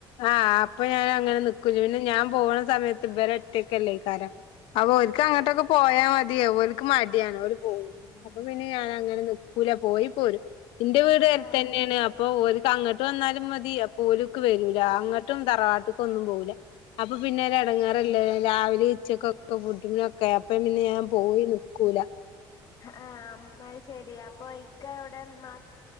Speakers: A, on the left; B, on the left.
A: ആഹ്, അപ്പൊ, ഞാൻ, അങ്ങനെ, നിക്കൂല, പിന്നെ, ഞാൻ പോണ, സമയത്ത്, ഇവരൊറ്റയക്കല്ലേക്കാരം, അപ്പോ, ഓല്ക്ക്, അങ്ങോട്ടൊക്കെ, പോയാ, മതി, ഓല് പോവാ ക്ക് മടിയാണ്, ഓല്
B: <inaudible>
A: പോവൂല അപ്പൊ, പിന്നെ, ഞാനങ്ങനെ, നിക്കൂല, പോയി, പോരും, ന്റെ വീട്, അടത്തെന്നെയാണ്,
B: ആഹ്
A: അപ്പൊ, ഒര്ക്ക് അങ്ങോട്ട് വന്നാ ന്നാലും, മതി. ഓല്ക്ക്, വരൂല, അങ്ങട്ടും, തറവാട്ടൊക്കൊന്നും, പോവൂല്ല, അപ്പൊ, പിന്നെ, ഒരെടങ്ങാറല്ലേ രാവിലെ, ഉച്ചക്കൊക്കെ, ഫുഡിനൊക്ക, അപ്പ, പിന്നെ, ഞാൻ, പോയി, നിക്കൂല
B: ആ, അമ്, അത്, ശെരി, അപ്പൊ, ഇക്ക, എവിടെ, നാ